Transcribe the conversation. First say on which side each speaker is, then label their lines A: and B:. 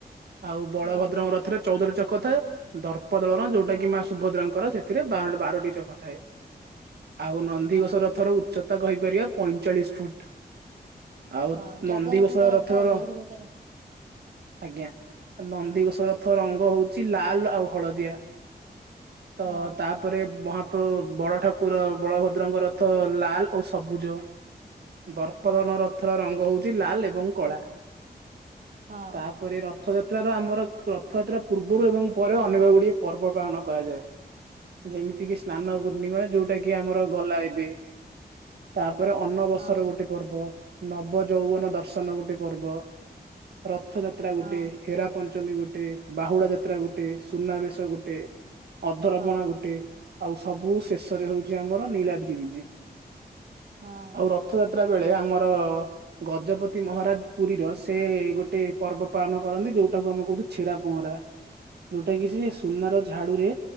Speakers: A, on the right; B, on the right.
A: ଆଉ ବଳଭଦ୍ରଙ୍କ
B: ହଁ
A: ରଥରେ ଚଉଦ ଟା ଚକ ଥାଏ ଦର୍ପ ଦଳର ଯୋଉଟା
B: ହଁ
A: କି ମା ସୁଭଦ୍ରାଙ୍କର ସେ ଏଥିରେ ବାର ବାରଟି ଚକ ଥାଏ ଆଉ ନନ୍ଦିଘୋଷରଥରୁ
B: ହଁ
A: ଉଚ୍ଚତା କହିପାରିବା ପଇଚାଳିଶ ଫୁଟ ଆଉ
B: ହଁ ଜଗନ୍ନାଥଙ୍କ
A: ନଦ୍ଧିଘସ ର
B: ରଥ
A: ରଥର
B: ଆଉ ନନ୍ଦିଘୋଷ ରଥ।
A: ଆଜ୍ଞା ନନ୍ଦିଘୋଷ ରଥ ରଙ୍ଗ ହଉଛି ଲାଲ ଆଉ ହଳଦିଆ। <unintelligible> ତ ତା
B: ହଁ
A: ତାପରେ ମହାପ୍ର ବଳ ଠାକୁର ବଳଭଦ୍ରଙ୍କ ରଥ ଲାଲ ଓ ସବୁଜ। ଦର୍ପଦଳନ
B: ହଁ
A: ରଥର ରଙ୍ଗ ହଉଛି ଲାଲ ଏବଂ କଳା।
B: ହଁ
A: ତା ତାପରେ ରଥଯାତ୍ରାର ଆମର ରଥଯାତ୍ରା ପୂର୍ବରୁ ଏବଂ ପରେ ଅନେକ ଗୁଡିଏ ପର୍ବ ପାଳନ କରାଯାଏ। ଯେମିତି କିି ସ୍ନାନ ପୂର୍ଣ୍ଣିମା ଯୋଉଟା କି ଆମର ଗଲା ଏବେ ତାପରେ ଅନନବସର
B: ହଁ
A: ଗୋଟେ ପର୍ବ ନବ ଯୌବନ ଦର୍ଶନ ଗୋଟେ ପର୍ବ ରଥ ଯାତ୍ରା ଗୋଟେ
B: ହଁ
A: ହେରା ପଞ୍ଚମୀ ଗୋଟେ ବାହୁଳା ଯାତ୍ରା ଗୋଟେ ସୁନାବେେଶ ଗୋଟେ ଅଧରପଣା
B: ହଁ
A: ଗୋଟେ ଆଉ ସବୁ ଶେଷରେ ହଉଛି ଆମର ନୀଳାଦ୍ରି ବିଜେ।
B: ହଁ
A: ଆଉ ରଥଯାତ୍ରା ବେଳେ ଆମର ଗଜପତି ମହାରାଜ ପୁରୀର ସେ ଗୋଟେ ପର୍ବ ପାଳନ କରନ୍ତି ଯୋଉଟାକୁ ଆମେ କହୁଛୁ ଛେରା ପହଁରା ଯୋଉଟା କିଛି ସୁନାର ଝାଡୁରେ